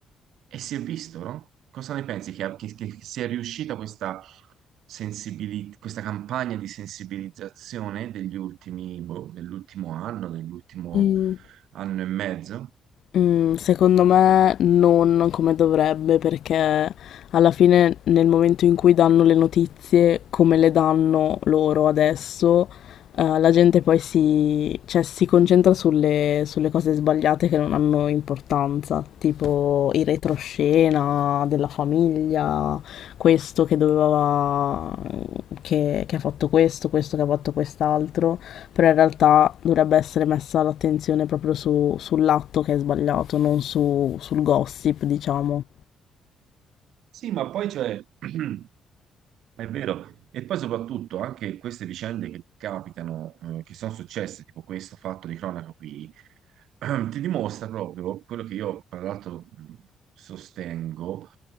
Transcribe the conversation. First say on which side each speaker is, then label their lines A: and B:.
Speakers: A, on the right; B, on the left.
A: e si è visto, no? Cosa ne pensi che, che- che sia riuscita questa, sensibili- questa campagna di sensibilizzazione degli ultimi, boh, dell'ultimo anno, dell'ultimo
B: Mm.
A: anno e mezzo?
B: Mm, secondo me non come dovrebbe, perché alla fine nel momento in cui danno le notizie, come le danno loro adesso, eh, la gente poi si, cioè, si concentra sulle, sulle cose sbagliate che non hanno importanza, tipo il retroscena della famiglia, questo che doveva, che che ha fatto questo, questo che ha fatto quest'altro però in realtà dovrebbe essere messa l'attenzione proprio su- sull'atto che è sbagliato, non su- sul gossip, diciamo.
A: Sì, ma poi cioè, <clears throat> è vero, e poi soprattutto anche queste vicende che capitano, eh, che sono successe, tipo questo fatto di cronaca qui, <clears throat> ti dimostra proprio quello che io, tra l'altro, mh, sostengo,